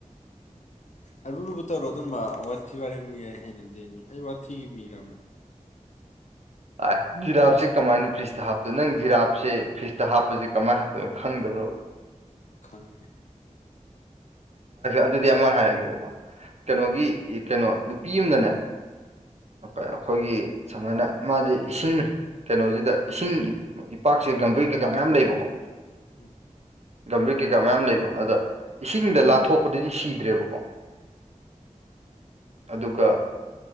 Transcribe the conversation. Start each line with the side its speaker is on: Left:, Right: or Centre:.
Left: ꯑꯔꯨꯔꯨꯕ ꯇꯧꯔꯣ ꯑꯗꯨꯝꯕ ꯋꯥꯊꯤ ꯋꯥꯔ ꯌꯥꯏ ꯍꯥꯏꯅ ꯗꯦꯝꯃꯤ ꯑꯩ ꯋꯥꯊꯤ ꯃꯤꯔꯝꯃꯦ
Right: ꯑ ꯖꯤꯔꯥꯞꯁꯦ ꯀꯃꯥꯏꯅ ꯐ꯭ꯔꯤꯖꯇ ꯍꯥꯞꯇꯣꯏꯣ ꯅꯪ ꯖꯤꯔꯥꯞꯁꯦ ꯐ꯭ꯔꯤꯖꯇ ꯍꯥꯞꯄꯁꯦ ꯀꯃꯥꯏꯅ ꯍꯥꯞꯇꯣꯏꯅꯣ ꯈꯪꯗꯕ꯭ꯔꯣ
Left: ꯈꯪꯗꯦ
Right: ꯑꯗꯨꯗꯤ ꯑꯃ ꯍꯥꯏꯔꯒꯦꯕ ꯀꯩꯅꯣꯒꯤ ꯀꯩꯅꯣ ꯅꯨꯄꯤ ꯑꯃꯅꯅꯦ ꯑꯩꯈꯣꯏꯒꯤ ꯁꯨꯃꯥꯏꯅ ꯃꯥꯁꯦ ꯏꯁꯤꯡ ꯀꯩꯅꯣꯁꯤꯗ ꯏꯁꯤꯡ ꯏꯄꯥꯛꯁꯦ ꯒꯝꯕꯔꯤ ꯀꯩꯀꯥ ꯃꯌꯥꯝ ꯂꯩꯕꯀꯣ
Left: ꯎꯝ
Right: ꯒꯝꯚꯤꯔ ꯀꯩꯀꯥ ꯃꯌꯥꯝ ꯂꯩꯕ ꯑꯗ ꯏꯁꯤꯡ ꯗ ꯂꯥꯟꯊꯣꯛꯄꯗꯗꯤ ꯁꯤꯗ꯭ꯔꯦꯕꯀꯣ ꯑꯗꯨꯒ